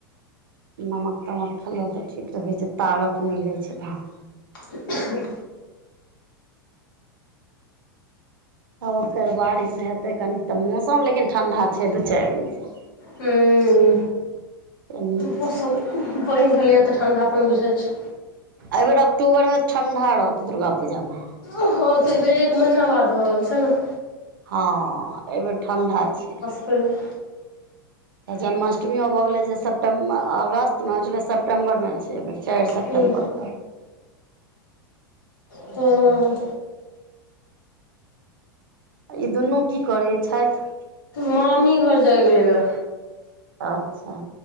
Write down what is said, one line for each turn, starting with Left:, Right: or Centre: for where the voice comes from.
Right: नमक तमक खेल त ठीक रहै छै तागत मिलै छै तहन।
Left: अहई
Right: ओ फेर बारिश हेतै कनी त मौसम लेकिन ठंढा छै दू चैर दिनसँ।
Left: हूँ
Right: अमित,
Left: मौसम पइन भेलैए त ठंडा पन बुझै छै।
Right: एय बेेर अक्टूबरमे ठंडा रहतै दुर्गा पूजामे।
Left: ओहो त एइ बेेर एक महीना बाद भ रहल छैय न।
Right: हँ एयबेर ठंण्डा छै।
Left: पर
Right: त जन्माष्टमिओ भ गेलै जे सेप्टेम्बर अगस्तमे छलै सेप्टेम्बरमे, अय बेर चैर सेप्टम्बर
Left: हूँ
Right: क। गरा
Left: हँ
Right: ई दुनू की करैय छैथ।
Left: मामी घर जाइ गेलैया।
Right: अच्छा